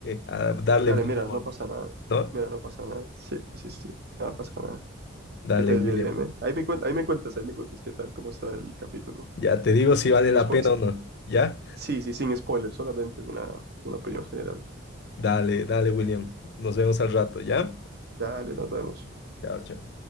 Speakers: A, on the left (about 55°); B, on the right (about 50°).
A: <laughs> a darle
B: dale,
A: buen
B: mira,
A: humor,
B: no pasa nada,
A: ¿no?
B: mira, no pasa nada, sí, sí, sí, no pasa nada.
A: Dale,
B: ¿Qué tal,
A: William.
B: bien, Ahí me cuentas, ahí me cuentas, ahí me cuentas qué tal, cómo está el capítulo.
A: Ya te digo si vale
B: Sin
A: la
B: spo-
A: pena
B: sí,
A: o no, ¿ya?
B: sí, sí, sin spoilers, solamente una, una opinión general.
A: Dale, dale, William. Nos vemos al rato, ¿ya?
B: Dale, nos vemos.
A: Chao, chao.